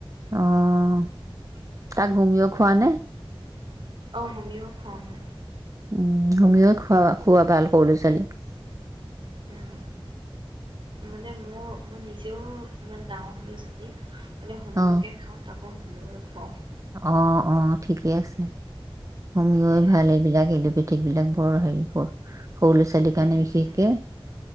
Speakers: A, on the right; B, on the right.
A: অ' তাক হোমিও খোৱা নে?
B: অ হোমিও খোৱাও মই।
A: উম হোমিঅ খোৱাবা সৰু লৰা ছোৱালীক।
B: উম মানে মোৰ মই নিজেও ইমান ডাঙৰ হলো যদি মানে সৰুকে
A: অ
B: খাওঁ তাক মই হোমিঅ খোৱাও।
A: অ অ ঠিকেই আছে। হোমিঅ
B: সেয়া।
A: এ ভাল এইবিলাক এলো পে থিকবিলাক বৰ হেৰি কৰ সৰু ল'ৰা ছোৱালীৰ
B: উম
A: কাৰণে বিশেষকে
B: উম